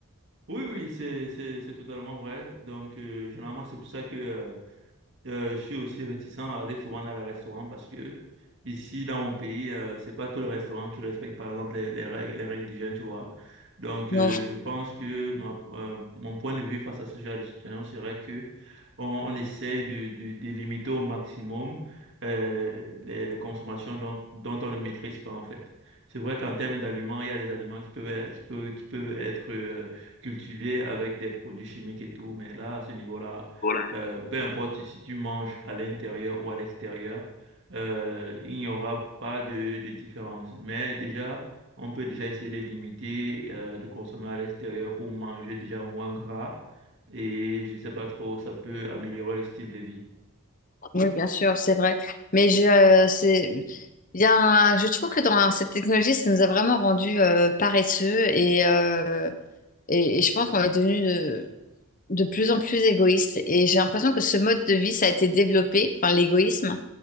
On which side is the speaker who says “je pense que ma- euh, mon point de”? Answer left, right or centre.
Right